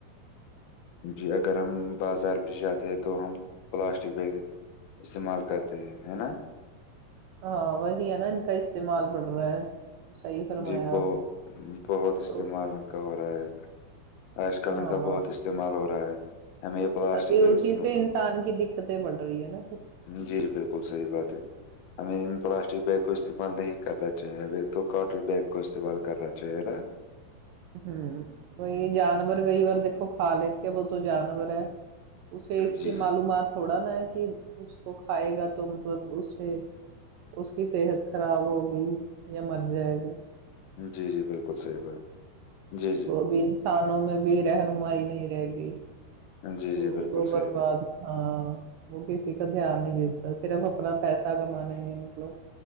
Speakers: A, on the left (about 75°); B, on the right (about 80°).
A: جی اگر ہم بازار بھی جاتے ہیں تو ہم پلاسٹک بیگ استعمال کرتے ہیں ہے نا
B: ہاں وہہ ا نا ان کا استعمال پڈ رہا ہے صحیح فرمایا
A: جی بہت
B: آپ نے
A: بہت استعمال
B: تو
A: ان کا ہو رہا ہے ایک آج کل ان
B: ہاں
A: کا بہت استعمال ہو رہا ہے ہمیں یہ پلاسٹک
B: تبھی اسی
A: بیگ استعمال
B: سے انسان کی دقتیں بڑھ رہی ہے نا
A: جی جی بالکل صحیح بات ہے ہمیں ان پلاسٹک بیگ کو استعمال نہیں کرنا چاہیے ابھی تو کاٹن ب بیگ کو استعمال کرناا چاہیناا
B: ہوں کوئی جانور کئی بار دیکھو کھا لیتے ہیں وہ تو جانور ہے اسے اس
A: جی
B: کی معلومات تھوڑا نا ہے کہ اس کو کھائے گا تو مطلب اس سے اس کی صحت خراب ہوگی یا مر جائے گا
A: جی جی بالکل صحیح بات جی جی
B: بھی انسانوں میں بھی رہنمائی نہیں رہ گئی
A: جی
B: تو
A: جی بالکل
B: وہ
A: صحیح
B: برباد
A: بات
B: ہاں وہ کسی کا دھیان نہیں دیتا صرف اپنا پیسہ کمانے میں مطلب